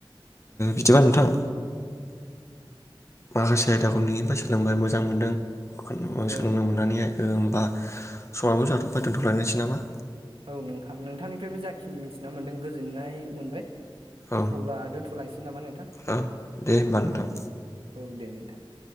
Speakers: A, on the left; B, on the right.
A: बिदिबा नोंथां माखासे आयदाखौ नोंनिफ्राय सोलोंबाय मोजां मोनदों।
B: औ
A: सोलोंनो मोननानैहाय होमबा समाबो जाथबाय दोनथलायनोसै नामा?
B: औ नोंखां नोंथांनिफ्रायबो जाखिनि मिथिना मोन्दों गोजोननाय मोनबाय।
A: औ
B: अब्ला दोनथलांसै नामा नोंथां
A: औ दे होमबा नोंथां
B: औ औ दे नोंथां <inaudible>